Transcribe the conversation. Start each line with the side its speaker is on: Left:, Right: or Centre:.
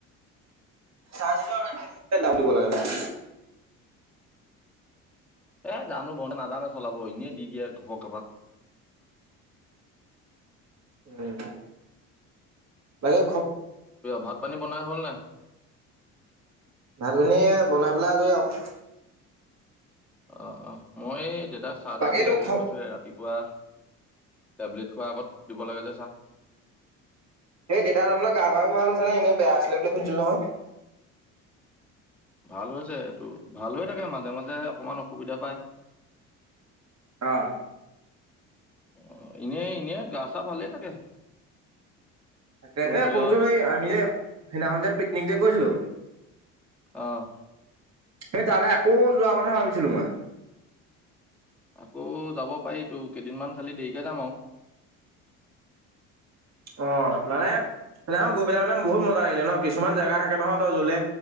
Right: চাই দাম দিব লাগে ন-
Centre: এ জানো ব নাজানে চলাব এনেই দি দিয়ে কব কবাক
Right: উম মাকে
Centre: ভাত পানী বনাই হ'ল নে?
Right: ভাত পিনী বনাই পেলাই আজৰি আৰু
Centre: অ', অ', মই এই দেউতাক চাহ,
Right: বাকী
Centre: তাহ দিয়
Right: তোৰ
Centre: আজৰি
Right: খ
Centre: হৈছো ৰাতিপুৱা। টেবলেট খোৱাৰ আগত দিব লাগে যে, চাহ।
Right: এই দেউতা তহৰ গা, বাহো ভাল আছে ন, এনে বেয়া আছিলে বুলি শুধছিলো নহয়।
Centre: ভাল হৈছে, এইটো ভাল হৈ থাকে, মাজে, মাজে অকমান অসুবিধা পায়।
Right: অ'।
Centre: অ, এনে, এনে, গা, চা, ভালেই থাকে।
Right: তাকে
Centre: তোৰ ধৰি
Right: এ, শনচোন
Centre: ল
Right: এই আমি যে সেইদিনাখন যে পিকনিক যে গৈছিলো।
Centre: আহ।
Right: সেই তালৈ আকৌ যোৱা কথা ভাবিছিলো মই।
Centre: আকৌ যাব পাৰি তো, কেইদিনমান খালি দেৰিকে যাম আৰু।
Right: অ, নানে। সহয় গৈ পেলাই মানে বহুত মজা লাগিলে ন, কিছুমান জেগা থাকে, নহয়, তই জ্বলে